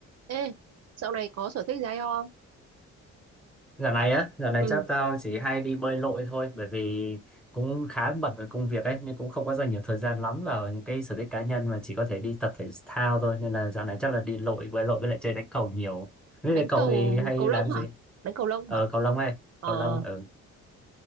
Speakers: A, on the right; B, in the centre.
A: Ê, dạo này có sở thích gì hay không?
B: Dạo này á, dạo này
A: Ừ.
B: chắc tao chỉ hay đi bơi lội thôi bởi vì cũng khá bận với công việc ấy nên cũng không có dành nhiều thời gian lắm vào những cái sở thích cá nhân mà chỉ có thể đi tập thể thao thôi nên là dạo này chắc là đi lội bơi lội với lại chơi đánh cầu nhiều. Biết
A: Đánh
B: thế cậu
A: cầu
B: thì hay
A: cầu lông
B: làm gì?
A: hả? Đánh cầu lông
B: Ờ
A: hả?
B: cầu lông hay,
A: Ờ,
B: cầu lông ở. Ừ.